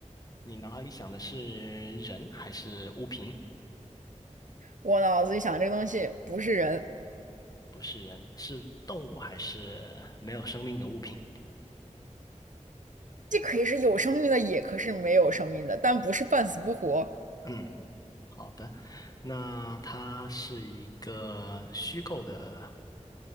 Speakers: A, on the left; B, on the right.
A: 你脑海里想的是人还是物品？
B: 我脑子里想这个东西不是人，
A: 不是人，是动物还是没有生命的物品？
B: 既可以是有生命的，也可是没有生命的，但不是半死不活。
A: 嗯，好的。那他是一个虚构的